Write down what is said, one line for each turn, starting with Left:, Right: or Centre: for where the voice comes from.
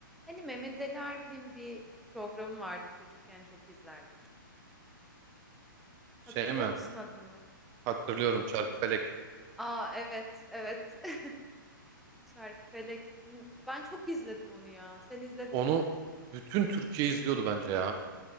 Centre: Hani Mehmet Ali Erbil'in bir programı vardı çocukken çok izlerdik.
Right: Şey
Centre: Hatırlıyor
Right: mi?
Centre: musun adını?
Right: Hatırlıyorum Çarkıfelek.
Centre: Aa evet evet. <laughs> Çarkıfelek. N- Ben çok izledim onu ya. Sen izledin
Right: Onu
Centre: mi?
Right: bütün Türkiye izliyordu bence ya.